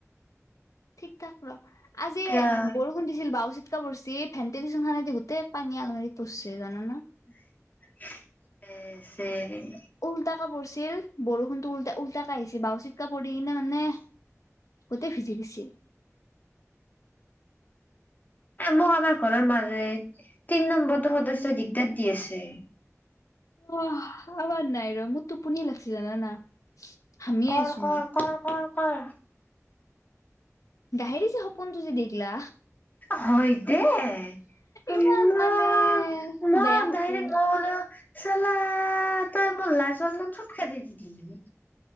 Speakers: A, on the left; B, on the left.
A: ঠিক ঠাক ৰ' আজি
B: কিয়া
A: বৰষুণ দিছিল বাওজি <unintelligible> পৰিছি ভেন্টিলেছন খনেদি গোটেই পানী আলমাৰিত পৰছি জানানা?
B: <unintelligible>
A: উলটাকে পৰছিল বৰষুণটো উল-উলটাকে আহিছি বাও চিটকা পৰি কিনে মানে গোতে ভিজি গেছি।
B: এ মোক আমাৰ ঘৰৰ মালিক তিন নম্বৰটো সদস্যই দিগদাৰ দি আছে।
A: অ', আমাৰ নাই ৰ' মোৰ তোপনি লাগছি জানানা? হামিয়ে
B: কৰ,
A: আছো
B: কৰ,
A: মই
B: কৰ, কৰ, কৰ।
A: ডাহেৰি যে সপোনটো যে দিখলা।
B: হয় দে। হে
A: ইমান
B: অ' ম-
A: মানে
B: মই
A: বেয়া সপোন
B: ডাইৰেক, মই বোলো চাল্লা তই মোৰ লাজ সন্মান চব খেদি দিলি।